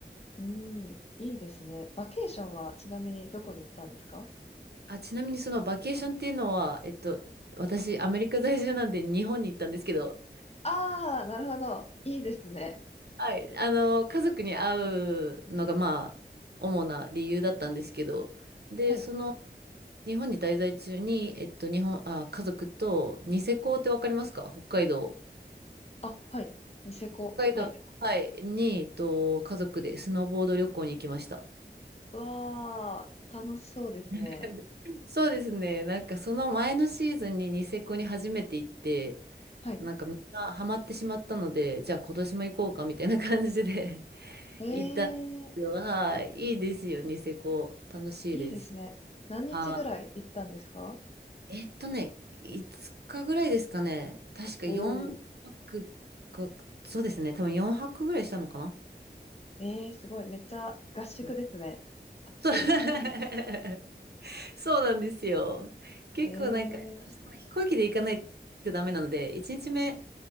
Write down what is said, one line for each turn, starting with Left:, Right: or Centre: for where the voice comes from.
Left: うん、いいですね。バケーションはちなみにどこに行ったんですか
Right: あ、ちなみにそのバケーションっていうのは、えっと、私、アメリカ在住なんで日本に行ったんですけど、
Left: ああー、なるほど。いいですね。
Right: はい、あの、家族に会うのが、まあ、主な理由だったんですけど、で、
Left: はい。
Right: その、日本に滞在中に、えっと、日本、あ、家族と、ニセコってわかりますか北海道。
Left: あ、はい。ニセコ。
Right: 北海道、
Left: はい。
Right: はい、に、えっと、家族でスノーボード旅行に行きました。
Left: うわあ、楽しそうですね。
Right: <laughs> そうですね。なんかその前のシーズンにニセコに初めて行って、
Left: はい。
Right: なんかみんなハマってしまったので、じゃあ今年も行こうかみたいな感じで <laughs>
Left: ええ
Right: 行ったんですけど、はい、いいですよ、ニセコ。楽しいです。
Left: いいですね。何日ぐらい行ったんですか
Right: あ、えっとね、5日ぐらいですかね。確か4泊か、
Left: おおー。
Right: そうですね、多分4泊ぐらいしたのかな。
Left: ええすごい。めっちゃ合宿ですね。
Right: うん
Left: たっぷり。
Right: そう <laughs> そうなんですよ。結構なんか、
Left: ええ
Right: どうしても飛行機で行かないとダメなので、1日目、